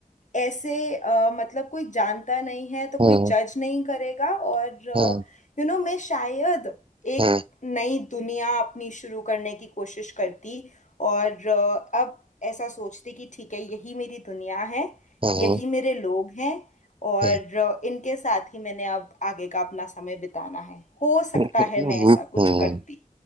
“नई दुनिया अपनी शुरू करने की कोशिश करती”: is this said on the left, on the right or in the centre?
Left